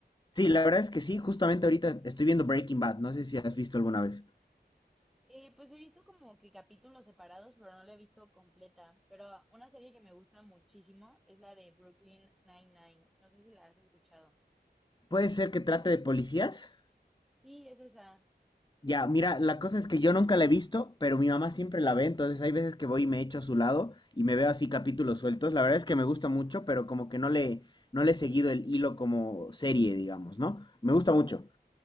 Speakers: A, on the left (about 25°); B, in the centre.
A: Sí, la verdad es que sí, justamente ahorita estoy viendo Breaking Bad. No sé si has visto alguna vez.
B: Eh, pues he visto como que capítulos separados, pero no la he visto completa. Pero una serie que me gusta muchísimo es la de Brooklyn Nine-Nine. No sé si la has escuchado.
A: Puede ser que trate de policías.
B: Sí, es esa.
A: Ya, mira, la cosa es que yo nunca la he visto, pero mi mamá siempre la ve, entonces hay veces que voy y me echo a su lado y me veo así capítulos sueltos. La verdad es que me gusta mucho, pero como que no le, no le he seguido el hilo como serie, digamos, ¿no? Me gusta mucho.